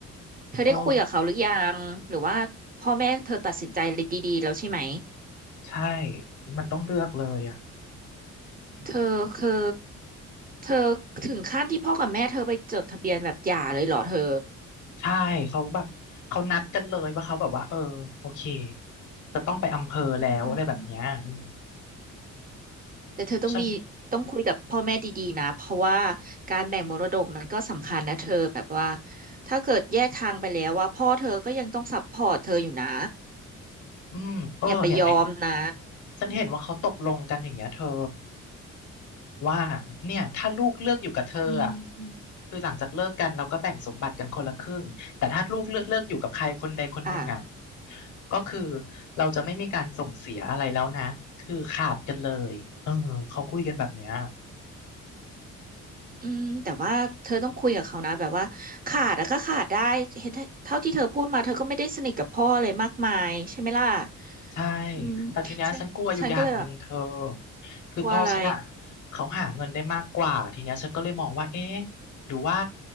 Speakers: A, on the right; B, on the left.
A: เธอได้คุยกับเขาหรือยังหรือว่าพ่อแม่เธอตัดสินใจเลยดีๆแล้วใช่ไหม
B: ก็ใช่มันต้องเลือกเลยอ่ะ
A: เธอคือเธอถึงขั้นที่พ่อกับแม่เธอไปจดทะเบียนแบบหย่าเลยเหรอเธอ
B: ใช่เขาแบบเขานัดกันเลยว่าเขาแบบว่าเออโอเคจะต้องไปอำเภอแล้วอะไรแบบเนี้ยอืม
A: อืมอืม แต่เธอต้องดีต้องคุยกับพ่อแม่ดีๆนะเพราะว่า
B: ฉัน
A: การแบ่งมรดกมันก็สำคัญนะเธอแบบว่าถ้าเกิดแยกทางไปแล้วว่าพ่อเธอก็ยังต้องซัพพอร์ตเธออยู่นะ
B: อืมเออเนี่ย
A: อย่าไปยอมนะ
B: ฉันเห็นว่าเขาตกลงกันอย่างเงี้ยเธอ ว่าเนี่ยถ้าลูกเลือกอยู่กับเธออ่ะ
A: อืมอม
B: คือหลังจากเลิกกันเราก็แบ่งสมบัติกันคนละครึ่งแต่ถ้าลูกเลือกเลือกอยู่กับใครคนใดคนหนึ่งอ่ะ
A: อ่ะ
B: ก็คือเราจะไม่มีการส่งเสียอะไรแล้วนะคือขาดกันเลยเออเขาคุยกันแบบเนี้ย
A: อืมแต่ว่าเธอต้องคุยกับเขานะแบบว่าขาดแล้วก็ขาดได้เห็นเท่าที่เธอพูดมาเธอก็ไม่ได้สนิทกับพ่อเลยมากมายใช่ไหมล่ะ
B: ใช่
A: อืม
B: แต่ทีเนี้ยฉันกลัวอยู่อย่างหนึ่งเธอ
A: ฉันฉันก็เลยแบบ
B: คือพ่อฉันอะ
A: กลัว่าอะไร
B: เขาหาเงินได้มากกว่าทีเนี้ยฉันก็เลยมองว่าเอ๊ะหรือว่า